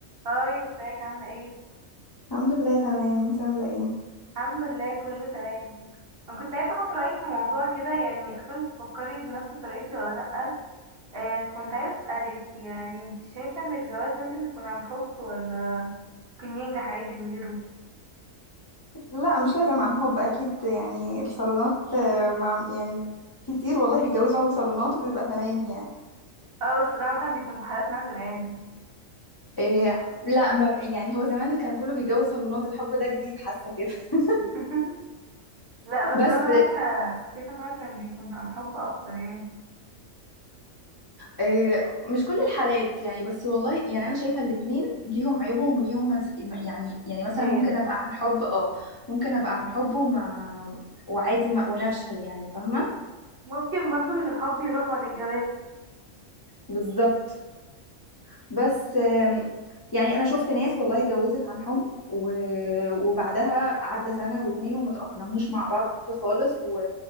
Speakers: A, on the right; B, on the left.
A: هاي ازيك عاملة ايه؟
B: الحمد لله تمام انت عامله ايه
A: الحمد لله كله تمام انا كنت عايزة اخد رأيك في موضوع كده يعني اصلا بتفكري بنفس طريقتي ولا لأ آه فكنت عايزة اسألك يعني انت شايفة ان الجواز لازم يكون عن حب ولا ممكن ينجح عادي من غيره؟
B: لا مش لازم عن حب اكيد يعني الصالونات آه، مع يعني كتير والله بيتجوزوا هو صالونات وبيبقى تمام يعني
A: اه بس ده مثلا بيكون في حالات نادرة يعني
B: إيه لا ما يعني هو زمان كان كله بيتجوز صالونات الحب ده جديد حاسه كده <laughs>
A: <laughs> لا
B: بس
A: بس انا زمان آه، كنت شايفة ان هو كان بيكون عن حب اكتر يعني
B: إيه مش كل الحالات يعني بس والله يعني انا شايفه الاتنين ليهم عيوبهم وليهم مز... يعني يعني
A: مثالية
B: مثلا ممكن ابقى عن حب اه ممكن ابقى عن حب وما وعادي ما... ونفشل يعني فاهمه
A: ممكن برضو ان الحب يروح بعد الجواز
B: بالظبط بس آم، يعني انا شفت ناس والله اتجوزت عن حب و- وبعدها عدى سنة واتنين وما تأقلموش مع بعض خالص و...